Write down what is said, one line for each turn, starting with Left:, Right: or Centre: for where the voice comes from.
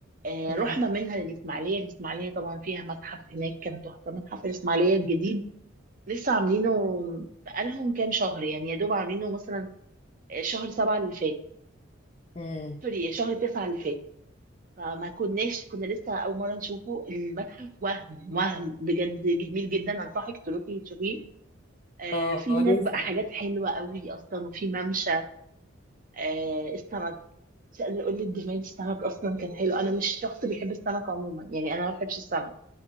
Right: آه،
Left: امم
Right: رحنا منها للاسماعيليه الاسماعيليه طبعا فيها متحف هناك كان تحفه متحف الاسماعيليه الجديد لسه عاملينه بقالهم كام شهر يعني يا دوب عاملينه مثلا شهر سبعة اللي فات
Left: امم
Right: سوري شهر تسعة اللي فات فما كناش كنا لسه أول مرة نشوفه المتحف وهم وهم بجد جميل جدا أنصحك تروحي تشوفيه آه
Left: اه
Right: في هناك
Left: لازم
Right: بقى حاجات حلوة قوي أصلا وفي ممشى آه السمك مش قادرة أقول لك جمال السمك أصلا كان حلو أنا مش شخص بيحب السمك عموما يعني أنا ما بحبش السمك